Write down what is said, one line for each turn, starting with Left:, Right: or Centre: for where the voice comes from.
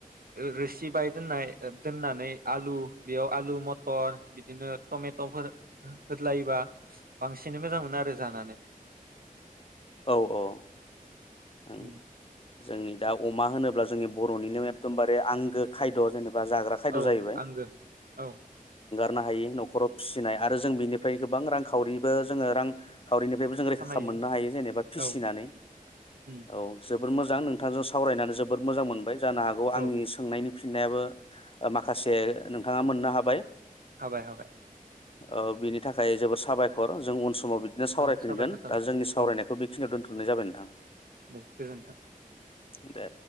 Right: रोसि बाय दोननाय दोननानै आलु बेयाव आलु मथर बिदिनो टमेट'फोर होदलायोबा बांसिनै मोजां मोनो आरो जानानै
Left: औ औ ओं
Right: उम
Left: जोंनि दा अमा होनोब्ला जोंनि बर'निनो एकदमबारे आंगो खायद' जेनेबा बा जाग्रा खायद'
Right: औ
Left: जाहैबाय
Right: आंबो औ
Left: नो हायो न'राव फिसिनाय आरो जों बिनिफ्राय गोबां रांखावरिबो जोङो रां खावरिनिफ्रायबो जों रैखा
Right: खामायो
Left: खालाम मोननो
Right: उम
Left: हायो जेनेबा फिसिनानै
Right: औ उम
Left: औ जोबोद मोजां नोंथांजों सावरायनानै जोबोद मोजां मोनबाय जानो हागौ आंनि
Right: औ
Left: सोंनायनि फिननायाबो माखासे नोंथाङा मोननो हाबाय
Right: हाबाय हाबाय
Left: औ बिनि थाखाय जोबोद साबायखर जों समाव बिदिनो सावरायफिनगोन
Right: औ साबायखर थाबाय
Left: दा जोंनि सावरायनायखौ
Right: औ
Left: बेखिनियाव दोनथ हरनाय जाबाय नोंथां
Right: दे गोजोन्थों
Left: दे